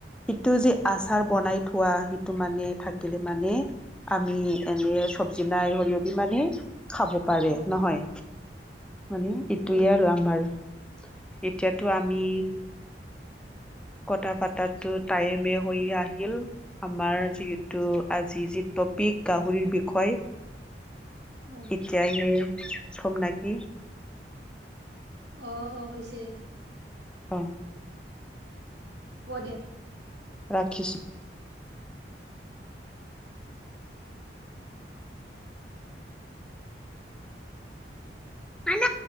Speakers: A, in the centre; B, on the right.
A: সেইটো যে
B: অ', অ',
A: আচাৰ বনাই থোৱা, সেইটো মানে থাকিলে মানে আমি এনে চব্জি নাই হলেবি মানে খাব পাৰে
B: অ', অ',
A: নহয় মানে এইটোৱে
B: অ',
A: আৰু আমাৰ এতিয়া তো আমি কথা পাতাটো টাইমে হৈ আহিল, আমাৰ যিহেতু আজি যি টপিক গাহৰিৰ বিষয়,
B: অ',
A: এতিয়াহে চম নেকি।
B: অ'-অ', হৈছে দে।
A: অহ।
B: ব দে হ।
A: ৰাখিছোঁ। হয় ন?